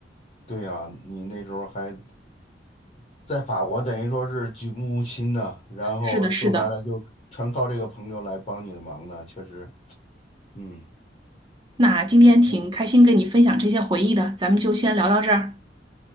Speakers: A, on the left; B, on the right.
A: 对呀，你那时候还在法国，等于说是举目无亲呢，然后说白了就全靠这个朋友来帮你的忙呢，
B: 是的，是的。
A: 确实。嗯
B: 那今天挺开心跟你分享这些回忆的，
A: 嗯，
B: 咱们就先聊到这儿，